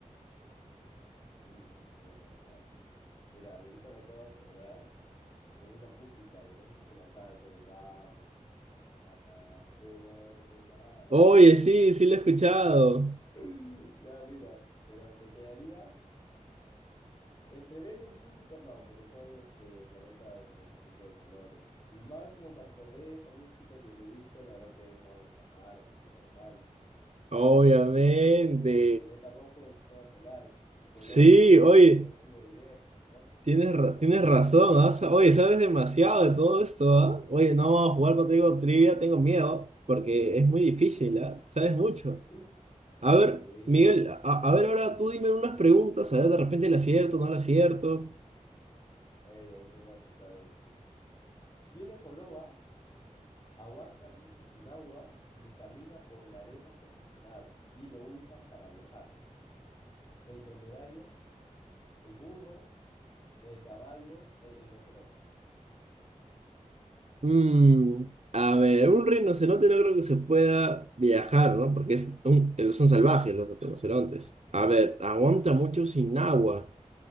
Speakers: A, on the left; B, on the right.
A: uy, ahí sí me da agarras. Mira, ahorita me acabo de acordar de una música, de no sé si te la sabes, esa de Vámonos, a Marte donde nadie
B: Oye,
A: vaya.
B: sí, sí lo he escuchado.
A: <laughs> Ya, mira, pero me quedaría entre Venus y Júpiter, no, porque son este, planetas de otro tipo de colores. Y más como me acordé de esa música que te he dicho, la verdad que es Vámonos a Marte, pues hermano. Obviamente,
B: Obviamente.
A: porque es conocido como el planeta rojo del sistema solar. Su color
B: Sí,
A: tipo
B: oye,
A: viene del óxido de hierro, ¿no?
B: tienes, ra- tienes razón, ¿ah? Sa- Oye, sabes demasiado de todo esto, ¿ah? Oye, no, jugar contigo trivia tengo miedo porque es muy difícil, ¿ah? Sabes mucho.
A: <laughs>
B: A ver,
A: Sí,
B: Miguel, a, a ver ahora tú dime unas preguntas, a ver de repente le acierto, no le acierto.
A: a ver, ahí te voy a saltar una. Mira. Tiene joroba, aguanta mucho sin agua y camina por la arena como si nada. Y lo usan para viajar. El dromedario, el burro, el caballo, el rinoceronte.
B: Mm, a ver, un rinoceronte no creo que se pueda viajar, ¿no? Porque es un- eh, son salvajes los rinocerontes. A ver, aguanta
A: Claro,
B: mucho sin agua.